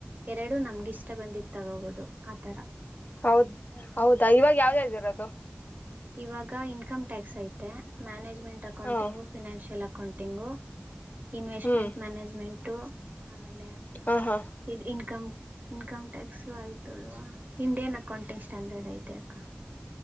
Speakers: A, on the right; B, on the left.
A: ಎರಡು ನಮ್ಗಿ ಇಷ್ಟ ಬಂದಿದ್ದು ತಗೋಬೋದು ಆ ಥರ.
B: ಹೌದ ಹೌದಾ ಇವಾಗ ಯಾವದ ಯಾವದು ಇದ್ದೀರೋದು.
A: ಇವಾಗ ಇನ್ಕಮ ಟ್ಯಾಕ್ಸ್ ಐತೆ ಮ್ಯಾನೇಜ್ಮೆಂಟ್ ಅಕೌಂಟಿಂಗ.
B: ಹಾ
A: ಫಿನಾನ್ಷಿಯಲ್ ಅಕೌಂಟಿಂಗು, ಇನ್ವೆಸ್ಟ್
B: ಹ್ಮ್
A: ಮ್ಯಾನೇಜ್ಮೆಂಟು ಆಮೇಲೆ.
B: ಹಾ ಹಾ
A: ಇ ಇನ್ಕಮ್ ಇನ್ಕಮ್ ಟ್ಯಾಕ್ಸ್ ಆಯ್ತು ಅಲ್ವಾ, ಇಂಡಿಯನ್ ಅಕೌಂಟಿಂಗ್ ಸ್ಟ್ಯಾಂಡರ್ಡ್ ಐತೆ ಅಕ್ಕ